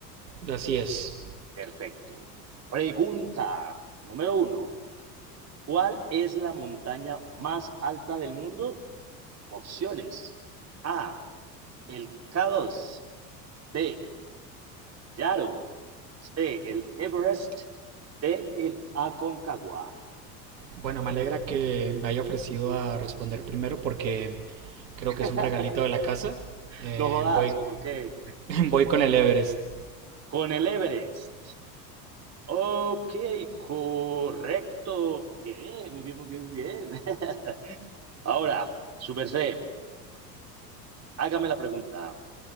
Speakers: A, on the right; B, on the right.
A: así es.
B: Perfecto. Pregunta número uno. ¿Cuál es la montaña más alta del mundo? Opciones. A, el K2. B, Yaro. C, el Everest. D, el Aconcagua.
A: Bueno, me alegra que me haya ofrecido a responder primero porque creo
B: <laughs>
A: que es un regalito de la casa. Eh,
B: No jodas,
A: voy,
B: ¿por qué?
A: <laughs> voy con el Everest.
B: Con el Everest. Ok, correcto. Bien, muy bien, muy bien, muy bien. <laughs> Ahora, Super C, hágame la pregunta.